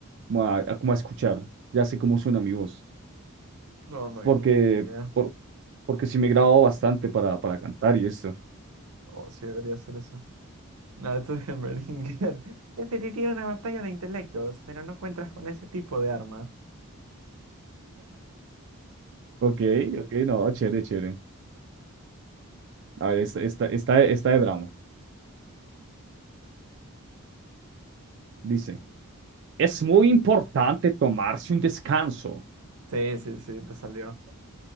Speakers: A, on the right (about 50°); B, on the right (about 85°).
A: como a, a- como a escuchar, ya sé cómo suena mi voz,
B: No, no,
A: porque,
B: yo no tengo ni idea.
A: por- porque sí me grabo bastante para, para cantar y esto.
B: O sí debería ser eso. Nada, esto es en Beringer. <laughs> Preferiría una batalla de intelectos, pero no cuentas con ese tipo de arma.
A: Ok, ok, no, chévere, chévere. A ver, esta, esta, esta, esta de Bramo. Dice, es muy importante tomarse un descanso.
B: Sí, sí, sí, te salió.